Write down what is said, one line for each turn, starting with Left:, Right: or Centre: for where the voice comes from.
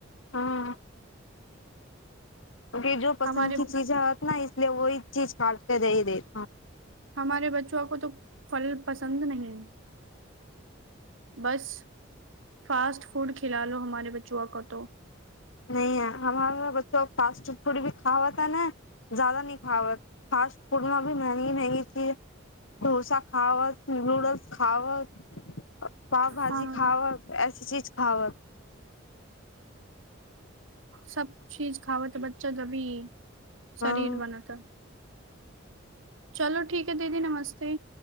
Left: हँ। कि जो पसन्द
Right: हमारे
Left: की चीज़ होत न इसलिए वह चीज काटके दी देत।
Right: हमारे बच्चों को तऽ फल पसन्द नहि है। बस फास्ट फूड खिला लो हमारे बच्चुआ को तो
Left: न यै हमार बच्चो फास्ट फूड भी खावत ने जादा नहि खावत, फास्ट फूड मे अभी महंगी महंगी चीज डोसा खावत नूडल्स खावत पाव भाजी
Right: हाँ
Left: खावत ऐसी चीज खावत।
Right: सब चीज खावतऽ बच्चा तभी शरीर
Left: हँ
Right: बनत। चलो ठीक है दीदी नमस्ते।